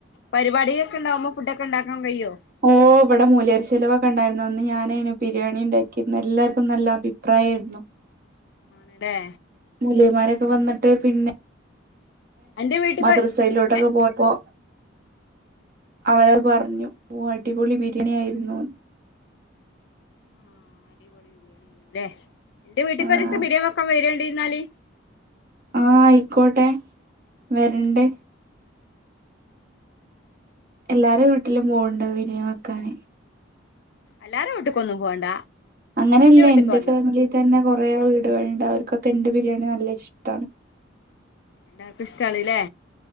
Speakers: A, on the left (about 60°); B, on the right (about 45°).
A: പരിപാടിക ഒക്കെ ഉണ്ടാകുമ്പോ ഫുഡ് ഒക്കെ ഉണ്ടാക്കാൻ കയിയോ
B: ഓ ഇവിടെ മോലിയാർ ചെലവൊക്കെ ഉണ്ടായിരുന്നു അന്ന് ഞാനയ്ന് ബിരിയാണി ഉണ്ടാക്കിർന്ന് എല്ലാർക്കും നല്ല അഭിപ്രായായിരുന്നു.
A: ആണല്ലേ
B: മൂലിയാമാരൊ വന്നിട്ട് പിന്നെ
A: അന്റെ വീട്ടിക്ക്
B: മദ്രസയിലോട്ടൊക്കെ
A: ആഹ്
B: പോയപ്പോ അവരാൽ പറഞ്ഞു ഓ അടിപൊളി ബിരിയാണി ആയിരുന്നുന്ന്.
A: ആ അടിപൊളി ബിരിയാണിയായിരുന്നു ലേ എന്റെ വീട്ടിക്കൊരീസം
B: ആഹ്
A: ബിരിയാണി വെക്കാൻ വരോണ്ടി ന്നാല്
B: ആ അയിക്കോട്ടെ വരണ്ട് എല്ലാരെ വീട്ടിലും പോവുണ്ട് ബിരിയാണി വെക്കാന്.
A: എല്ലാരെ വീട്ടിക്കൊന്നും പോണ്ട
B: അങ്ങനെയല്ലേ
A: വീട്ടിക്ക്
B: എന്റെ
A: വന്നാ
B: ഫാമിലി
A: മതി
B: തന്നെ കൊർ കുറേ വീടുകളുണ്ട് അവർക്കൊക്കെ എന്റെ ബിരിയാണി നല്ല ഇഷ്ടമാണ്.
A: എല്ലാവർക്കും ഇഷ്ട്ടാണ് ലെ